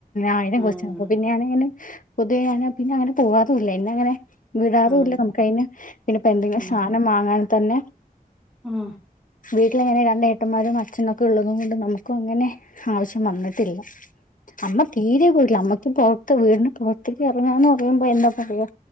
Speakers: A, on the left (about 60°); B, in the centre.
A: ആയിരം
B: ആഹ്
A: ക്വസ്ത്യൻ അപ്പ പിന്നെ ആണെങ്കിലും പൊതുവേ അങ്ങനെ പിന്നെ അങ്ങനെ പോവാതു ഇല്ല പിന്നെ അങ്ങനെ വിടാറൂല്ല
B: ആഹ്
A: നമുക്ക് അതിന് പിന്നെ ഇപ്പ എന്തെങ്കിലും
B: ആഹ്
A: സാധനം വാങ്ങാ തന്നെ
B: ആഹ്
A: വി വീട്ടിൽ അങ്ങനെ രണ്ട് ഏട്ടന്മാരും അച്ഛൻ ഒക്കെ ഉള്ളൂ. അതുകൊണ്ട് നമുക്ക് അങ്ങനെ. ആവശ്യം വന്നിട്ടില്ല അമ്മ തീരെ പോയിട്ടില്ല അമ്മ. ഇപ്പൊ പൊറത്ത് വീടിന് പൊറത്തേക്ക് എറങ്ങാന് പറയുമ്പോ എന്താ പറയാ.